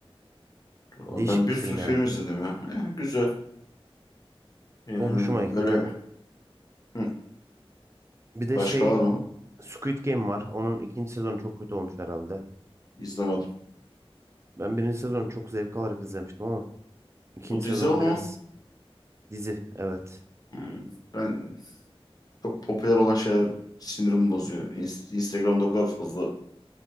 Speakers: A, on the left; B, on the right.
A: Valla
B: Değişik
A: Ben bir
B: bir film
A: sürü film
B: yani.
A: izledim ya. Ya güzel. Yani
B: O hoşuma gitti.
A: böyle hı.
B: Bir de
A: Başka
B: şey
A: var mı?
B: Squid Game var. Onun ikinci sezonu çok kötü olmuş herhalde.
A: İzlemedim.
B: Ben birinci sezonu çok zevk alarak izlemiştim ama ikinci
A: O dizi
B: sezon
A: ama
B: biraz Dizi evet.
A: hı. Ben çok popüler olan şeyler sinirimi bozuyor. İns- Instagram'da o kadar fazla